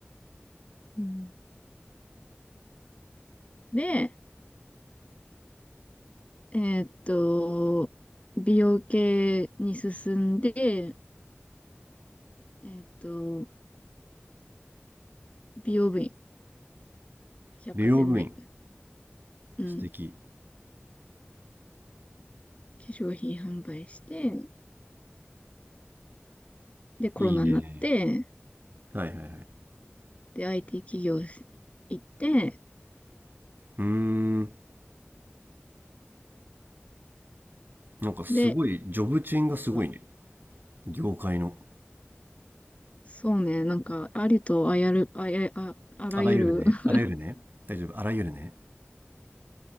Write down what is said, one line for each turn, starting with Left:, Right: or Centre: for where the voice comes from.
Left: うん。で、えーっと、美容系に進んで、えーっと、美容部員、百貨店で、
Right: 美容部員、
Left: うん、
Right: 素敵。
Left: 化粧品販売して、で、コロナになって、
Right: いいね。はいはいはい。
Left: で、IT 企業行って、
Right: うーん。なんかすごい、
Left: で、
Right: ジョブチェーンがすごいね。
Left: 今、
Right: 業界の。
Left: そうね、なんか、ありとあやる、あや、あ、あらゆる、
Right: あらゆるね。
Left: <laughs>
Right: あらゆるね。大丈夫。あらゆるね。